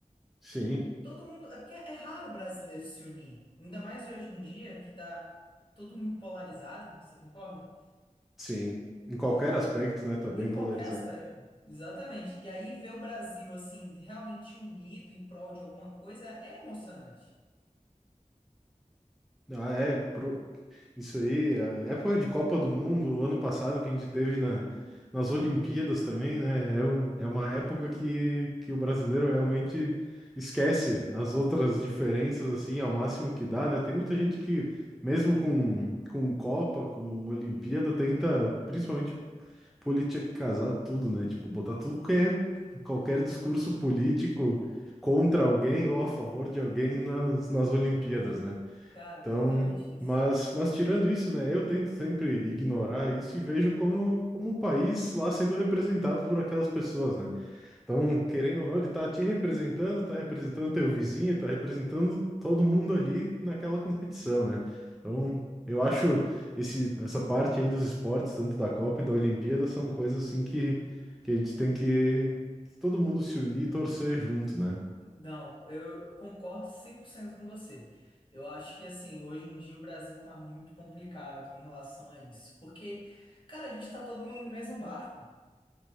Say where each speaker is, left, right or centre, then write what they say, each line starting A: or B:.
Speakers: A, in the centre; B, on the left.
A: Sim,
B: Todo mundo. É porque é raro o brasileiro se unir. Ainda mais hoje em dia, que tá todo muito polarizado, você concorda?
A: sim. Em qualquer
B: E-
A: aspecto, né? Tá bem
B: em qualquer
A: polarizado.
B: aspecto. Exatamente. E aí ver o Brasil, assim, realmente unido em prol de alguma coisa é emocionante.
A: Ah, é, pro- isso aí, a época de Copa do Mundo, ano passado, que a gente teve na, nas Olimpíadas também, né? É, um- é uma época que, que o brasileiro realmente esquece as outras diferenças, assim, ao máximo que dá, né? Tem muita gente que, mesmo com, com Copa, com Olimpíada, tenta, principalmente, politicazar tudo, né? Tipo, botar tudo que é qualquer discurso político contra alguém ou a favor de alguém nas, nas Olimpíadas, né?
B: Cara,
A: Então,
B: exatamente isso.
A: mas, mas tirando isso, né, eu tento sempre ignorar isso e vejo como, como um país lá sendo representado por aquelas pessoas, né? Então, querendo ou não, ele tá te representando, tá representando teu vizinho, tá representando todo mundo ali naquela competição, né? Então, eu acho esse, essa parte aí dos esportes, tanto da Copa e da Olimpíada, são coisas assim que, que a gente tem que, que todo mundo se unir e torcer junto, né?
B: Não, eu concordo 100% com você. Eu acho que, assim, hoje em dia o Brasil tá muito complicado em relação a isso. Porque, cara, a gente tá todo mundo no mesmo barco.